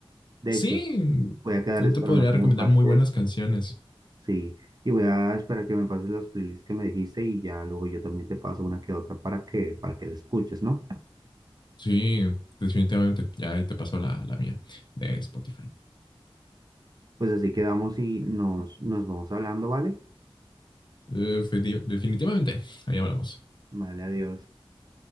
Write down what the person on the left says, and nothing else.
Sí,
yo
te podría
recomendar
muy buenas canciones.
Sí, definitivamente. Ya ahí te paso la, la mía de Spotify.
Eh, fe- definitivamente. Ahí hablamos.